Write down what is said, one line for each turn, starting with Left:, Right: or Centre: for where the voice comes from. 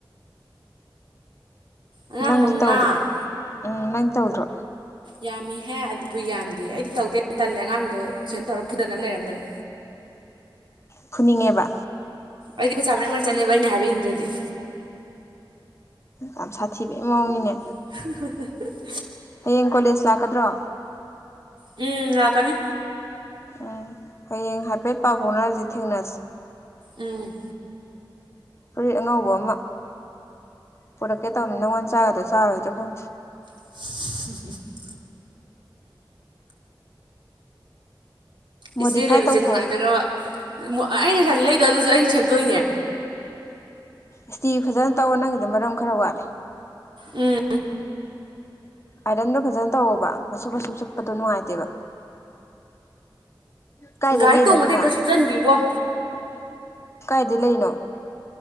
Right: ꯑꯉꯥꯡ
Left: ꯅꯪꯗꯤ
Right: ꯃꯉꯥ
Left: ꯇꯧꯗꯣ ꯎꯝ ꯅꯪ ꯇꯧꯗꯣ
Right: ꯌꯥꯝꯃꯤꯍ ꯑꯗꯨꯕꯨ ꯌꯥꯝꯗꯦ ꯑꯩꯗꯤ ꯇꯧꯗꯦ ꯇꯜꯂꯦ ꯑꯉꯥꯡꯗꯣ ꯁꯨꯃꯥꯏꯅ ꯇꯧꯔ ꯐꯨꯗꯅ ꯂꯩꯔꯝꯗꯅ
Left: ꯐꯨꯅꯤꯡꯉꯦꯕ
Right: ꯑꯩꯗꯤ ꯈꯨꯠꯁꯥ ꯃꯔꯤꯛ ꯑꯣꯏꯅ ꯆꯠꯂꯦꯕ ꯑꯩꯅ ꯍꯥꯏꯕꯏꯟꯗ꯭ꯔꯗꯤ
Left: ꯌꯥꯝꯝ ꯁꯥ ꯊꯤꯕꯒꯤ ꯃꯑꯣꯅꯤꯅꯦ
Right: <unintelligible>
Left: ꯍꯌꯦꯡ ꯀꯣꯂꯦꯖ ꯂꯥꯛꯀꯗ꯭ꯔꯣ
Right: ꯎꯝ ꯂꯥꯛꯀꯅꯤ
Left: ꯎꯝ ꯍꯌꯦꯡ ꯍꯥꯏꯐꯦꯠ ꯄꯥꯎ ꯐꯥꯎꯅꯔꯁꯤ ꯊꯦꯡꯅꯔꯁꯤ
Right: ꯎꯝ
Left: ꯐꯨꯔꯤꯠ ꯑꯉꯧꯕ ꯑꯃ ꯄꯨꯔꯛꯀꯦ ꯇꯧꯕꯅꯤ ꯅꯪꯉꯣꯟꯗ ꯆꯥꯒꯗ꯭ꯔꯥ ꯆꯥꯔꯣꯏꯗ꯭ꯔꯥ ꯐꯪꯗꯦ
Right: <unintelligible>
Left: ꯃꯣꯗꯤꯐꯥꯏ
Right: ꯏꯆꯦ ꯂꯩꯕꯁꯦ
Left: ꯇꯧꯊꯣꯛꯑꯣ
Right: ꯅꯨꯡꯉꯥꯏꯖꯈ꯭ꯔꯕ ꯑꯩꯅ ꯉꯁꯥꯏꯗꯤ ꯂꯩꯗꯕ ꯑꯗꯨꯁꯨ ꯑꯩꯅ ꯁꯦꯝꯗꯣꯛꯏꯅꯦ
Left: ꯏꯁꯇꯤ ꯐꯖꯅ ꯇꯛꯑꯣ ꯅꯪꯒꯤꯗ ꯃꯔꯝ ꯈꯔ ꯋꯥꯠꯂꯦ
Right: ꯎꯝ
Left: ꯑꯥꯏꯔꯟꯗꯣ ꯐꯖꯅ ꯇꯧꯑꯣꯕ ꯃꯁꯨꯨꯞ ꯃꯁꯨꯨꯞ ꯆꯨꯞꯄꯗꯣ ꯅꯨꯡꯉꯥꯏꯇꯦꯕ ꯀꯥꯏꯗꯩ
Right: ꯒꯥꯔꯤ
Left: ꯂꯩꯅꯣ
Right: ꯇꯣꯡꯕꯗ
Left: ꯑꯗꯨꯅ
Right: ꯍꯦꯛꯇ ꯁꯨꯞꯆꯟꯈꯤꯕ꯭ꯔꯣ
Left: ꯀꯥꯏꯗꯩ ꯂꯩꯔꯤꯅꯣ